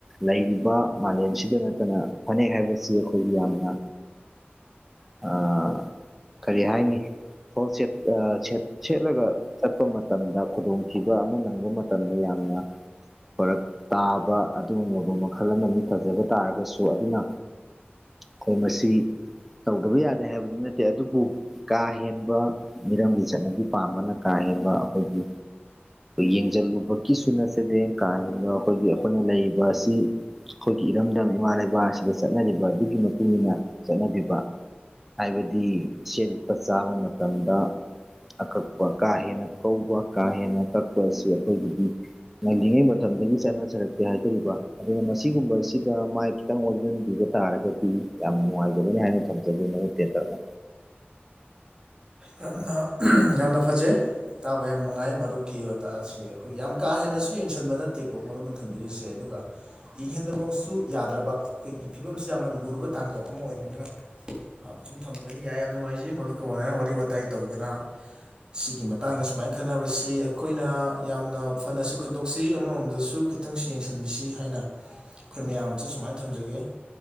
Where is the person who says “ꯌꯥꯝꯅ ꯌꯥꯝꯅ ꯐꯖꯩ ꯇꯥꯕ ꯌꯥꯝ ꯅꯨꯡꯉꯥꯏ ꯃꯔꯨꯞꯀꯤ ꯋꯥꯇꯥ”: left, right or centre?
Right